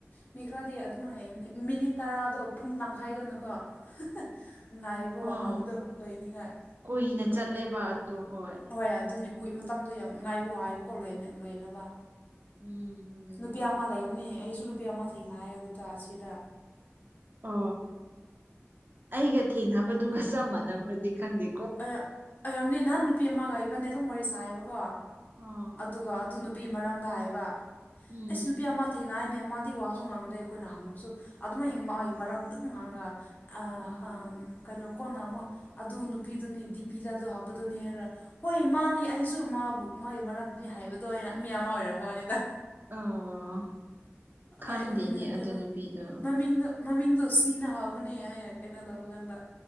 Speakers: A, on the left; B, on the right.
A: ꯃꯤ ꯈꯔꯗꯤ ꯑꯗꯨꯃꯥꯏꯅ ꯂꯩꯕꯅꯤ ꯃꯤꯅꯤꯠ ꯇꯔꯥꯗꯣ ꯄꯨꯡ ꯇꯥꯡꯈꯥꯏꯒꯨꯝꯅꯀꯣ ꯅꯨꯡꯉꯥꯏꯔꯤꯕꯣ
B: ꯑꯥ
A: ꯍꯥꯎꯕꯗꯣ ꯂꯣꯏꯅꯤꯡꯉꯥꯏ
B: ꯀꯨꯏꯅ ꯆꯠꯂꯦꯕ ꯑꯗꯨ ꯍꯣꯏ
A: ꯍꯣꯏ ꯑꯗꯨꯅꯤ ꯀꯨꯏ ꯃꯇꯝꯗꯣ ꯌꯥꯝ ꯉꯥꯏꯕ ꯋꯥꯌꯦꯕꯀꯣ ꯂꯣꯏꯅ ꯂꯣꯏꯅꯕ
B: ꯎꯝ ꯑꯗꯨꯅꯤ
A: ꯅꯨꯄꯤ
B: ꯍꯣꯏ
A: ꯑꯃ ꯂꯩꯕꯅꯦ ꯑꯩꯁꯨ ꯅꯨ ꯅꯨꯄꯤ ꯑꯃ ꯊꯦꯡꯅꯌꯦ ꯑꯗꯨꯗ ꯑꯁꯤꯗ
B: ꯑ ꯑꯩꯒ ꯊꯦꯡꯅꯕꯗꯨꯒ ꯆꯞ ꯃꯥꯟꯅꯕ꯭ꯔꯗꯤ ꯈꯪꯗꯦ
A: ꯑꯌ ꯑꯣꯏꯔꯝꯅꯤ ꯉꯍꯟ ꯅꯨꯄꯤ ꯑꯃꯒ ꯏꯕꯥꯏꯅꯤ ꯑꯗꯨꯝ ꯋꯥꯔꯤ ꯁꯥꯏꯌꯦꯕꯀꯣ
B: ꯑꯥ
A: ꯑꯗꯨꯒ ꯑꯗꯨ ꯅꯨ ꯅꯨꯄꯤ ꯃꯔꯝꯗ ꯍꯥꯏꯌꯦꯕ
B: ꯎꯝ
A: ꯑꯩꯁ ꯅꯨꯄꯤ ꯑꯃ ꯊꯦꯡꯅꯥ ꯍꯥꯏꯅꯦ ꯃꯥꯗꯤ ꯋꯥꯁꯨ ꯉꯥꯡꯗꯦ ꯑꯩꯈꯣꯏꯅ ꯍꯪꯕꯁꯨ ꯑꯗꯨꯃꯥꯏ ꯃꯥꯒꯤ ꯃꯔꯝ ꯑꯗꯨꯝ ꯉꯥꯡꯉꯒ ꯑ
B: ꯎꯝ
A: ꯑꯝ ꯀꯩꯅꯣ ꯀꯣꯟꯅ ꯑꯃꯨꯛ ꯑꯗꯨ ꯅꯨꯄꯤꯗꯨꯅꯤ ꯗꯤꯄꯤꯗ ꯑꯗꯨ ꯍꯥꯞꯄꯗꯨꯅꯤ ꯍꯥꯏꯔ ꯍꯣꯏ ꯃꯥꯅꯤ ꯑꯩꯁꯨ ꯃꯥꯕꯨ ꯃꯣꯏ ꯃꯔꯝꯗꯨꯅꯤ ꯍꯥꯏꯕꯗꯣ ꯑꯩꯅ ꯃꯤ ꯑꯃ ꯑꯣꯏꯔꯝꯕ ꯋꯥꯅꯤꯗ
B: ꯑꯣ ꯈꯪꯗꯦꯅꯦ
A: ꯑꯩ ꯑꯩꯈꯣꯏꯅ
B: ꯑꯗꯨ
A: ꯀꯩꯅꯣ
B: ꯅꯨꯄꯤꯗꯣ
A: ꯃꯃꯤꯡꯗꯨ ꯃꯃꯤꯡꯗꯣ ꯁꯤꯅ ꯍꯥꯎꯕꯅꯦ ꯍꯥꯏꯅ ꯀꯩꯅꯣ ꯇꯧꯕ ꯀꯥꯟꯗ